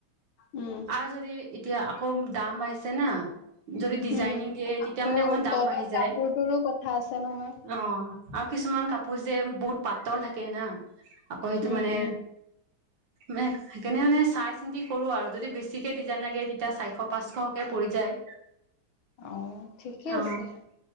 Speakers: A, on the left (about 80°); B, on the right (about 65°).
A: উম
B: আৰু যদি, এতিয়া আকৌ দাম বাঢ়িছে না। যদি ডিজাইনিং
A: উম'
B: দিয়ে তেতিয়া
A: আকৌ
B: মানে অকমান দাম
A: তলৰ
B: বাঢ়ি যায়
A: কাপোৰটোৰো কথা আছে নহয়।
B: অ আৰু কিছুমান কাপোৰ যে বহুত পাতল থাকে না, আকৌ সেইটো
A: উম,
B: মানে।
A: উম,
B: মে সেইকাৰণে মানে চাই চিন্তি কৰো আৰু। যদি বেছিকে ডিজাইন লাগে, তেতিয়া চাৰিশ পাঁচশকে পৰি যায়।
A: অ' ঠিকে
B: অ
A: আছে,